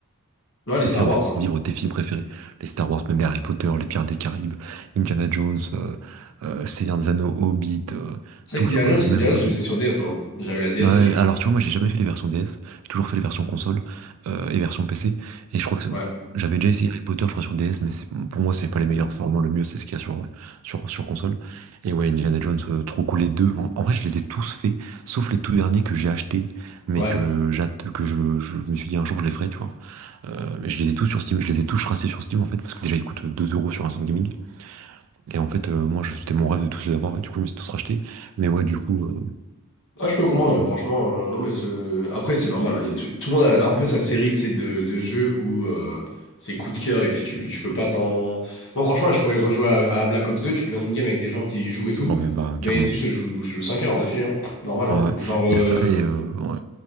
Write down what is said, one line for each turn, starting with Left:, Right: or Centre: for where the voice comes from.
Left: Ouais, les Star
Right: faire,
Left: Wars,
Right: en fait. C'est
Left: hein.
Right: mon livre, de tes films préférés. Les Star Wars, même les Harry Potter, les Pirates des Caraïbes, Indiana Jones, euh, euh, Seigneur des Anneaux, Hobbit, euh,
Left: C'est
Right: tous,
Left: vrai qu'Indiana
Right: quoi.
Left: Jones,
Right: Même.
Left: Indiana Jones,
Right: euh,
Left: je les faisais sur DS, moi. J'avais la DS
Right: Ouais,
Left: et j'y jouais.
Right: alors tu vois, moi j'ai jamais fait les versions DS, j'ai toujours fait les versions console euh, et version PC. Et je crois que c'est-
Left: Ouais.
Right: j'avais déjà essayé Harry Potter, je crois, sur DS, mais c'est- pour moi c'est pas les meilleurs formats, le mieux c'est ce qu'il y a sur, sur, sur console. Et ouais, Indiana Jones, euh, trop cool les deux. En, en vrai, je les ai tous faits, sauf les tout derniers que j'ai achetés, mais
Left: Ouais.
Right: que j'atte que je, je me suis dit un jour je les ferai, tu vois. Euh, mais je les ai tous sur Steam, je les ai tous rachetés sur Steam en fait, parce que déjà ils coûtent 2 euros sur Instant Gaming. Et en fait, euh, moi je- c'était mon rêve de tous les avoir, et du coup je me suis tous rachetés. Mais ouais, du coup, euh,
Left: Ah, je peux comprendre, ouais,
Right: bon,
Left: franchement. euh, non, mais ce- Après, c'est normal. hein, il y a tout... tout le monde a un peu sa série de ces de... de jeux où euh, c'est coup de cœur et puis tu, tu peux pas t'en. Bon, franchement, là, je pourrais rejouer à... à Black Ops deux Tu me lances une game avec des gens qui y jouent et tout.
Right: ouais, bah
Left: Mais
Right: carrément.
Left: c'est juste, je joue, je joue 5 heures en affilée. hein. Normal, hein.
Right: Ouais,
Left: Genre, euh,
Right: il y a ça et euh, ouais,